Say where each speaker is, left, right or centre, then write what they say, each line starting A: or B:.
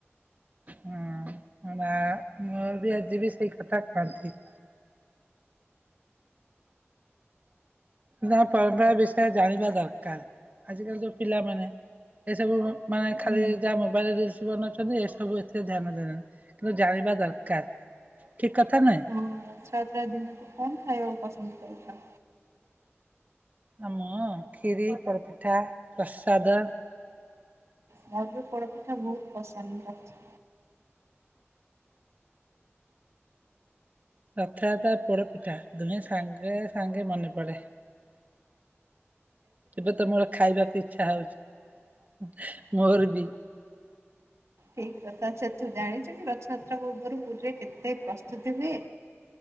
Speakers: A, on the right (about 35°); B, on the right (about 80°).
A: ହଁ ଅଁ, ମା ମୋର ବି ଆଜି ବି ସେଇ କଥା କହନ୍ତି। ନା ପରମ୍ପରା ବିଷୟରେ ଜାଣିବା ଦରକାର। ଆଜିକାଲି ଯୋଉ ପିଲାମାନେ ଏସବୁ ମା-ମାନେ
B: ହୁଁ
A: ଖାଲି ଯାହା ମୋବାଇଲ୍ ରିଲ୍ସ ବନଭଛନ୍ତି ଏସବୁ ଏଥିରେ ଧ୍ୟାନ ଦେଲେ। କିନ୍ତୁ ଜାଣି ବା ଦରକାର ଠିକ କଥା ନୁହେଁ?
B: ହଁ ରଥଯାତ୍ରା ଦିିନ କୁ କଣ ଖାଇବା ବହୁତ ପସନ୍ଦ କରୁଛ?
A: ଆ, ମୁଁ ଖିରୀ ପୋଡପିଠା, ପ୍ରସାଦ
B: ମୋର ବି ପୋଡ଼ପିଠା ବହୁତ ପସନ୍ଦ ଅଛି।
A: ରଥଯାତ୍ରା ପୋଡପିଠା ଦୁହେଁ ସାଙ୍ଗେ ସାଙ୍ଗେ ମନେ ପଡେ। ଏବେ ତ ମୋର ଖାଇବାକୁ ଇଚ୍ଛା ହଉଛି।
B: ହଁ
A: ମୋର ବି।
B: ଠିକ କଥା, ଆଚ୍ଛା ତୁ ଜାଣିଚନ୍ତି ରଥଯାତ୍ରା ପୂର୍ବରୁ ପୁରୀରେ କେତେ ପ୍ରସ୍ତୁତି ହୁଏ?